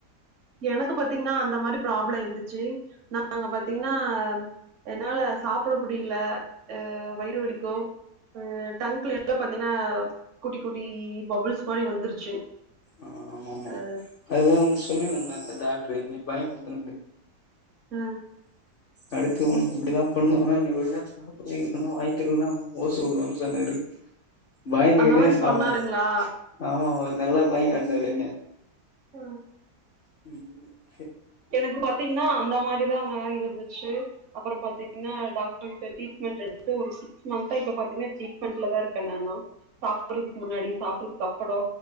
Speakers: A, on the right; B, on the left.
A: எனக்கு பாத்தீங்கன்னா அந்த மாரி ப்ராப்ள இருந்துச்சு நாங்க பாத்தீங்கன்னா என்னால சாப்ட முடியல அ வயிறு வலிக்கும் ம் டங்க்ல எல்லா பாத்தீங்கன்னா குட்டி குட்டி பபுள்ஸ் மாதிரி வந்துருச்சு
B: ஆ ஆமா ஆமா
A: அ
B: அதெல்லா வந்து சொல்லி நம்மல அந்த டாக்டரு என்னய பயமுறுத்துனாரு
A: அ
B: அடுத்து ஒனக் இப்படிதா பண்ணுவா நீ ஒழ்ங்கா அப்டியே இருக்கணு வாங்கி தர்லைன்னா ஓச விடுவன்னு சொன்னாரு பயந்துக்குன்னே
A: அந்த மாரி
B: சாப்ட
A: சொன்னாருங்களா
B: ஆமா ஒரு நல்லா பய காட்டினாரு என்னய
A: அ
B: உம்
A: எனக்கு பாத்தீங்கன்னா அந்த மாறிதாங்க இருந்துச்சு அப்பறோ பாத்தீங்கன்னா டாக்டர்கிட்ட டரீட்மெண்ட் எடுத்து ஒரு சிக்ஸ் மந்த்தா இப்ப பாத்தீங்கன்னா ட்ரீட்மெண்ட்ல தா இருக்கே நானும் சாப்படுறதுக்கு முன்னாடியு சாப்ட்டதுக்கு அப்படோ